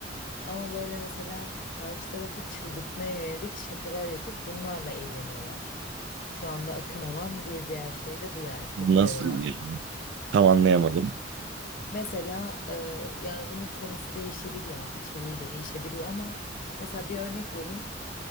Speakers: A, on the left; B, on the right.
A: Ama böyle mesela karşı tarafı çıldırtmaya yönelik şakalar yapıp bunlarla eğleniyorlar. Şu anda akım olan bir diğer şey de bu yani popüler
B: Nasıl
A: olan.
B: yani? Tam anlayamadım.
A: Mesela e, yani bunun konusu değişebiliyor, içeriği değişebiliyor ama mesela bir örnek vereyim.